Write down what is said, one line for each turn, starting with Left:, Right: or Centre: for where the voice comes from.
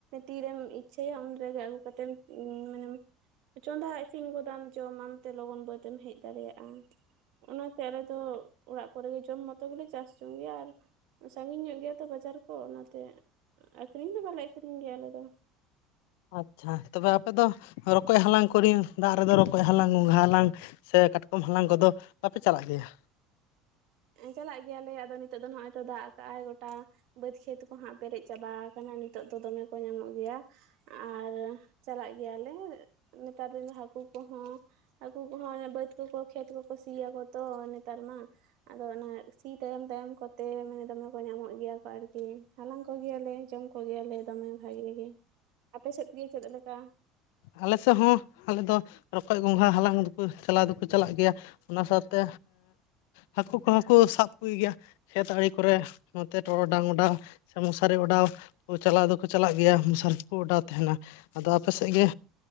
Right: ᱛᱤᱨᱮᱢ ᱤᱪᱪᱷᱟᱹᱭᱟ ᱩᱱ ᱨᱮᱜᱮ <unintelligible> ᱠᱟᱛᱮᱢ ᱢᱟᱱᱮᱢ ᱪᱚᱸᱫᱟ ᱤᱥᱤᱱ ᱜᱚᱫᱟᱢ ᱡᱚᱢ ᱟ ᱛᱮ ᱞᱚᱜᱚᱱ ᱵᱟᱹᱫᱽ ᱮᱢ ᱦᱮᱡ ᱫᱟᱲᱮᱭᱟᱜᱼᱟ ᱚᱱᱟᱛᱮ ᱟᱞᱮ ᱫᱚ ᱚᱸᱲᱟᱜ ᱠᱚᱨᱮᱜᱮ ᱡᱚᱢ ᱢᱚᱛᱚ ᱜᱮᱞᱮ ᱪᱟᱥ ᱡᱚᱝ ᱜᱮᱭᱟ ᱟᱨ ᱥᱟᱺᱜᱤᱧ ᱧᱚᱜ ᱜᱮᱭᱟ ᱛᱚ ᱵᱟᱡᱟᱨ ᱠᱚ ᱚᱱᱟᱛᱮ ᱟᱹᱠᱷᱨᱤᱧ ᱫᱚ ᱵᱟᱞᱮ ᱟᱹᱠᱷᱨᱤᱧ ᱜᱮᱭᱟ ᱟᱞᱮ ᱫᱚ
Left: ᱟᱪᱪᱷᱟ ᱛᱚᱵᱮ ᱟᱯᱮ ᱫᱚ ᱨᱚᱠᱚᱡ ᱦᱟᱞᱟᱝ ᱠᱚᱨᱮ ᱫᱟᱜ ᱨᱮᱫᱚ ᱨᱚᱠᱚᱡ ᱦᱟᱞᱟᱝ ᱜᱚᱸᱜᱷᱟ ᱦᱟᱞᱟᱝ ᱥᱮ ᱠᱟᱴᱠᱚᱢ ᱦᱟᱞᱟᱝ ᱠᱚᱫᱚ ᱵᱟᱯᱮ ᱪᱟᱞᱟᱜ ᱜᱮᱭᱟ?
Right: ᱪᱟᱞᱟᱜ ᱜᱮᱭᱟᱞᱮ ᱟᱫᱚ ᱱᱤᱛᱚᱜ ᱫᱚ ᱱᱚᱜᱼᱚᱭ ᱛᱚ ᱫᱟᱜ ᱟᱠᱟᱜᱼ ᱟᱭ ᱜᱚᱴᱟ ᱵᱟᱹᱫᱽ ᱠᱷᱮᱛ ᱠᱚᱦᱟᱸᱜ ᱯᱮᱨᱮᱡ ᱪᱟᱵᱟ ᱟᱠᱟᱱᱟ ᱱᱤᱛᱚᱜ ᱫᱚ ᱫᱚᱢᱮ ᱠᱚ ᱧᱟᱢᱚᱜ ᱜᱮᱭᱟ ᱟᱨ ᱪᱟᱞᱟᱜ ᱜᱮᱭᱟᱞᱮ ᱱᱮᱛᱟᱨ ᱫᱤᱱ ᱦᱟᱹᱠᱩ ᱠᱚᱦᱚᱸ ᱦᱟᱹᱠᱩ ᱠᱚᱦᱚᱸ ᱚᱱᱮ ᱵᱟᱹᱫᱽ ᱠᱚᱠᱚ ᱠᱷᱮᱛ ᱠᱚᱠᱚ ᱥᱤᱭᱟᱠᱚ ᱛᱚ ᱱᱮᱛᱟᱨ ᱢᱟ, ᱟᱫᱚ ᱚᱱᱟ ᱥᱤ ᱛᱟᱭᱚᱢ ᱛᱟᱭᱚᱢ ᱠᱚᱛᱮ ᱢᱟᱱᱮ ᱫᱚᱢᱮ ᱠᱚ ᱧᱟᱢᱚᱜ ᱜᱮᱭᱟ ᱠᱚ ᱟᱨᱠᱤ ᱦᱟᱞᱟᱝ ᱠᱚᱜᱮᱭᱟᱞᱮ ᱡᱚᱢ ᱠᱚ ᱠᱚᱜᱮᱭᱟᱞᱮ ᱫᱚᱢᱮ ᱵᱷᱟᱜᱮ ᱜᱮ ᱟᱯᱮ ᱥᱮᱫ ᱜᱮ ᱪᱮᱫ ᱞᱮᱠᱟ?
Left: ᱟᱞᱮ ᱥᱮᱫ ᱦᱚᱸ ᱟᱞᱮ ᱫᱚ ᱨᱚᱠᱚᱡ ᱜᱚᱸᱜᱷᱟ ᱦᱟᱞᱟᱝ ᱫᱚᱠᱚ ᱪᱟᱞᱟᱣ ᱫᱚᱠᱚ ᱪᱟᱞᱟᱜ ᱜᱮᱭᱟ᱾ ᱚᱱᱟ ᱥᱟᱶᱛᱮ ᱦᱟᱹᱠᱩ ᱠᱚᱦᱚᱸ ᱠᱚ ᱥᱟᱵ ᱠᱚ ᱜᱮᱭᱟ ᱠᱷᱮᱛ ᱟᱸᱲᱮ ᱠᱚᱨᱮ ᱱᱚᱛᱮ ᱴᱚᱨᱚᱰᱟᱝ ᱚᱰᱟᱣ ᱥᱮ ᱢᱚᱥᱟᱨᱤ ᱚᱰᱟᱣ ᱪᱟᱞᱟᱣ ᱫᱚᱠᱚ ᱪᱟᱞᱟᱜ ᱜᱮᱭᱟ ᱢᱥᱟᱨᱤ ᱠᱚᱠᱚ ᱚᱰᱟᱣ ᱛᱟᱦᱮᱱᱟ ᱟᱫᱚ ᱟᱯᱮ ᱥᱮᱫ ᱜᱮ